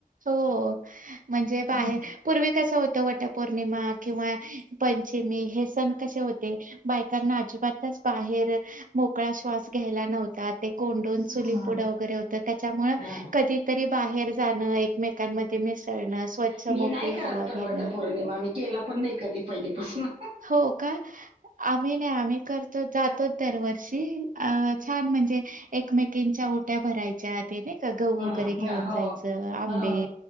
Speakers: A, on the right (about 65°); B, on the right (about 35°).
A: हो म्हणजे बाहेर
B: हा
A: पूर्वी कस होत त वटपौर्णिमा किंवा पंचमी हे सण कसे होते, बायकांना अजिबातच बाहेर मोकळा श्वास घ्यायला नव्हतात. ते कोंडून चुलीपुडं
B: हा
A: वगैरे होत त्याच्यामुळ
B: हा
A: कधीतरी बाहेर जाणं मेकांमध्ये मिसळणं स्वच्छ
B: मी
A: मोकळी
B: नाही करत
A: हवा घेणं.
B: <unintelligible> केला पण नाय कधी पयलीपासन.
A: हो का आम्ही नाय आम्ही करत तर जातो दरवर्षी अ छान म्हणजे एकमेकींच्या ओट्या भरायच्या तेन क गहू
B: हं,
A: कडे घेऊन
B: हो
A: जायचं
B: हो
A: आंबे